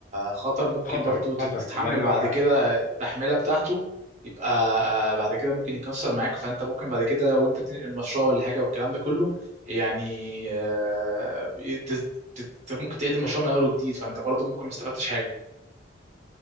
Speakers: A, on the right; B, on the left.
A: خطر ممكن
B: خطر
A: برضو تتحمل
B: خطر الله ينور
A: بعد
B: عليك
A: كده التحملة بتاعته يبقى آه، بعد كده ممكن يكسر معاك فانت ممكن بعد كده وانت بتنقل المشروع ولا حاجة والكلام ده كله يعني آه، ت- ت- ت- ممكن تعيد المشروع من اول وجديد فانت برضو ممكن ما استفدتش حاجة